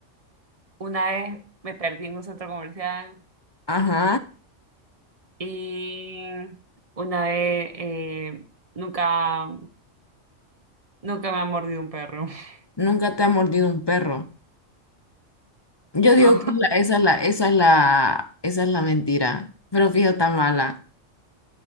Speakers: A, on the right (about 30°); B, on the left (about 30°).
A: Una vez me perdí en un centro comercial
B: Ajá.
A: y una vez eh, nunca, nunca me ha mordido un perro. <laughs>
B: Nunca te ha mordido un perro. Yo digo
A: No,
B: que la- esa es la, esa es la, esa es la mentira, pero fíjate tan mala.